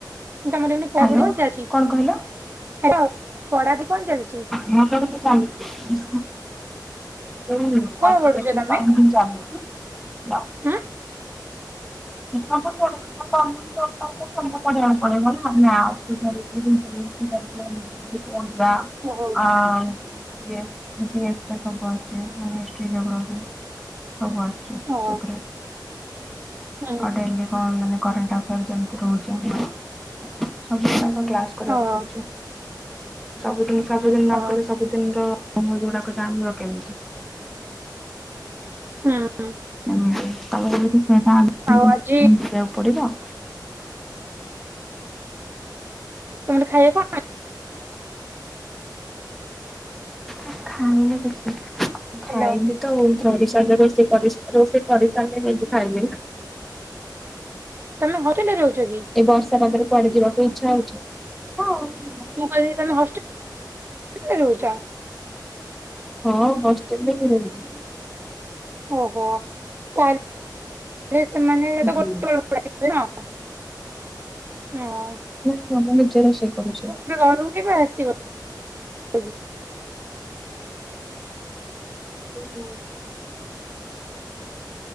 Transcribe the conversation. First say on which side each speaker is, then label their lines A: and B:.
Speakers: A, on the right; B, in the centre.
A: ତୋମର ଏବେ ପଢ଼ାପଢି
B: ହ୍ୟାଲୋ
A: କଣ ଚାଲିଛି?
B: କଣ କହିଲ?
A: ହାଲୋ, ପଢ଼ାପଢ଼ି କଣ ଚାଲିଛି?
B: ମୋର ତ ଏବେ <unintelligible> ଚାଲ ଏ ହଁ ଏଇ କମ୍ପିଟେଟିଭ
A: କଣ ପଢୁଛ ତମେ?
B: ପାଇଁ ହିଁ ଚାଲିଚି। <unintelligible>
A: ଉଁ
B: ଏ ସବୁ <unintelligible> ନା <unintelligible> <unintelligible> ଆ, <unintelligible> ଜିଏସ୍ ରେ
A: ଓହୋ
B: ସବୁ ଆସୁଛି ମାନେ ହିଷ୍ଟ୍ରି, ଜୋଗ୍ରାଫି ସବୁ ଆସୁଛି ସେଥିରେ।
A: ଓହୋ ହୁଁ
B: ଆଉ ଡେଲି କଣ ମାନେ କରେଣ୍ଟଆଫିଆର ଯେମିତି ରହୁଛି ଆମର ସବୁ ଯାକ କ୍ଲାସ୍ କରିବାକୁ
A: ଓହୋ
B: ପଡୁଛି ସବୁଦିନ ସବୁଦିନ ନ
A: ଓହୋ
B: କଲେ ସବୁଦିନ ର ତୋମର ଯୋଉଡାକ ଜାଣିବ କେମିତି?
A: ହଁ, ଅଁ,
B: ସେମିତି ତୋମେ ଯେମିତି ସେଟାଲ
A: ଆଉ ଆଜି
B: <inaudible> ପଡିବ।
A: ତୋମର ଖାଇବା କଣ?
B: ମୁଁ ଖାଇନି କିଛି, ଖାଇବି
A: ହ୍ୟାଲୋ
B: ତ ସରି ସାରିଲେ ରୋଷେଇ କରି ରୋଷେଇ କରିସାରିଲେ ଯାଇକି ଖାଇବି ନା।
A: ତୋମେ ହଷ୍ଟେଲ୍ ରେ ରହୁଛ କି?
B: ଏଇ ବର୍ଷା ପାଗରେ କୁଆଡେ ଯିବାକୁ ଇଚ୍ଛା ହଉଛି।
A: ମୁଁ କହିଲି ତୋମେ ହଷ୍ଟେଲ୍ ରେ ରହୁଚ?
B: ହଁ ହଷ୍ଟେଲ୍ ରେ ରହୁଚି।
A: ଓହୋ! ତା ରେ ସେମାନେ
B: ହୁଁ
A: ତ ଗୋଟେ <inaudible> ହଁ ଆଉ କଣ?
B: ନା ନା ମୁଁ ନିଜେ ରୋଷେଇ କରୁଛି।
A: ଯେ ଘରକୁ କେବେ ଆସିବ? କି?
B: <inaudible>